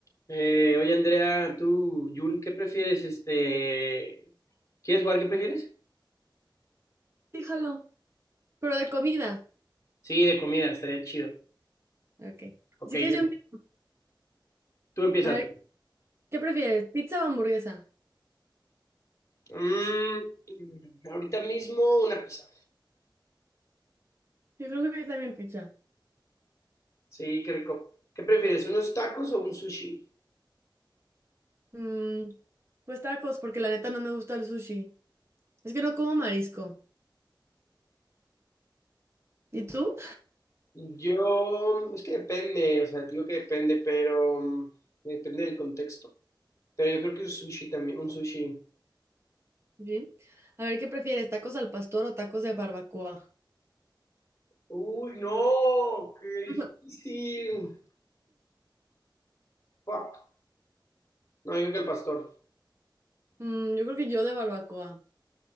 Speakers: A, on the left; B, on the right.
A: Eh, oye, Andrea, tú, Jun, ¿qué prefieres? Este, ¿quieres jugar? ¿Qué prefieres?
B: Fíjalo, pero de comida.
A: Sí, de comida, estaría chido.
B: Ok.
A: Ok,
B: Así que
A: yo-
B: yo empiezo.
A: tú empiezas.
B: A ver, ¿qué prefieres? ¿Pizza o hamburguesa?
A: Mm, ahorita mismo una pizza.
B: Yo creo que también pizza.
A: Sí, qué rico. ¿Qué prefieres, unos tacos o un sushi?
B: Mm, pues tacos, porque la neta no me gusta el sushi. Es que no como marisco. ¿Y tú?
A: Yo, es que depende, o sea, te digo que depende, pero mm, depende del contexto. Pero yo creo que un sushi también, un sushi.
B: Sí. A ver, ¿qué prefieres? ¿Tacos al pastor o tacos de barbacoa?
A: Uy, no, qué
B: <laughs>
A: difícil. Fuck. No, yo creo que el pastor.
B: Mm, yo creo que yo de barbacoa.